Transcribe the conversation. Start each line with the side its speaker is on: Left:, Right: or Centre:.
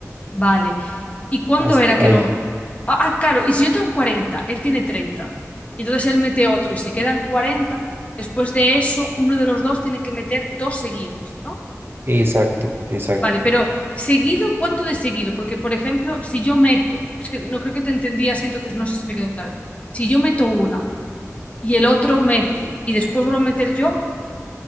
Left: Vale. ¿Y cuándo
Right: Hasta
Left: era que
Right: ahí.
Left: no? Ah, ah, claro, y si yo tengo 40 él tiene 30, y entonces él mete otro y se quedan 40. después de eso uno de los dos tiene que meter dos seguidas, ¿no?
Right: Exacto, exacto.
Left: Vale, pero seguido, ¿cuánto de seguido? Porque, por ejemplo, si yo meto, es que no creo que te entendí así, entonces no sé si me quedó claro. Si yo meto una y el otro mete y después vuelvo a meter yo,